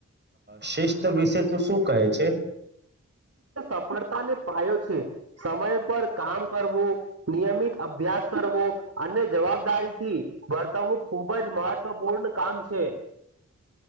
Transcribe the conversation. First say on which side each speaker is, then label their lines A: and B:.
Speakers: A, on the right; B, on the right.
A: શિસ્ત વિશે તું શું કહે છે
B: સફળતા ને પાયો છે, સમય પર કામ કરવું નિયમિત અભ્યાસ કરવો અને જવાબદારીથી વર્તવવું. ખુબ જ મહત્વપૂર્ણ કામ છે.